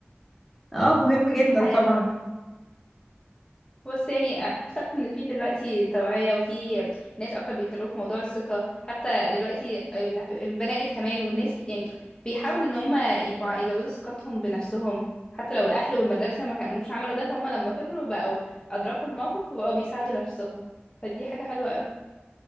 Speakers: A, in the centre; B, on the left.
A: اه مهم جدا
B: <laughs> دي حقيقه
A: طبعا
B: فعلا بس يعني اعتقد ان في دلوقتي توعية وفي ناس اكتر بيتكلموا في موضوع الثقة حتى دلوقتي ال- البنات كمان والناس بت يعني بيحاولوا ان هم يبقوا ع- يزودوا ثقتهم بنفسهم حتى لو الاهل والمدرسة ما كانوش عملوا ده فهم لما كبروا بقوا ادركوا الموقف وبقوا بيساعدوا نفسهم فدي حاجة حلوة قوي